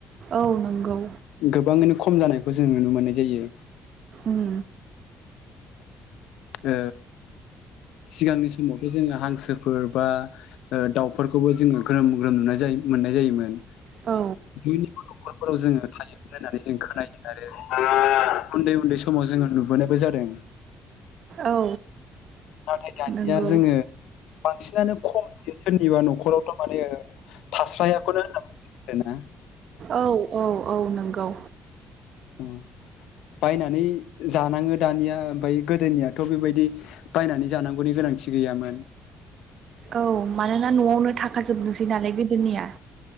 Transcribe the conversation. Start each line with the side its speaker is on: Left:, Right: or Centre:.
Right: औ नंगौ
Left: गोबाङैनो खम जानायखौ जों नुनो मोननाय जायो।
Right: उम,
Left: ओ सिगांनि समावथ' जोङो हांसोफोर बा ओ दाउफोरखौबो जोङो ग्रोम ग्रोम नुनाय जायो मोननाय जायोमोन।
Right: औ
Left: <unintelligible> न'खरफोराव जोङो थायोमोन होननानै जों खोनायो आरो <unintelligible> उन्दै उन्दै समाव जोङो नुबोनायबो जादों। <inaudible>
Right: औ
Left: नाथाय दानिया
Right: नंगौ
Left: जोङो बां सिनानो खम नुयो सोरनिबा न'खरावथ' माने थास्रायाखौनो होनना आरोना।
Right: औ औ औ नंगौ।
Left: औ बायनानै जानाङो दानिया ओमफ्राय गोदोनियाथ' बेबायदि बायनानै जानांगौनि गोनां थि गैयामोन।
Right: औ मानोना न'आवनो थाखाजोबनोसै नालाय गोदोनिया।